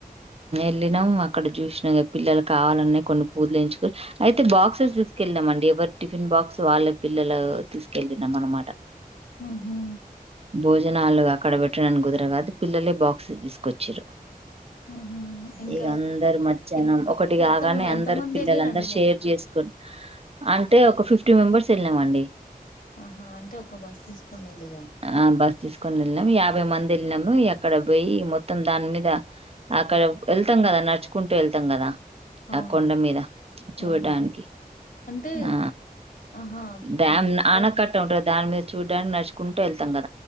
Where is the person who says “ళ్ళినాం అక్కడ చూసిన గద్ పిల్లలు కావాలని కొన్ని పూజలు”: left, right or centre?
Right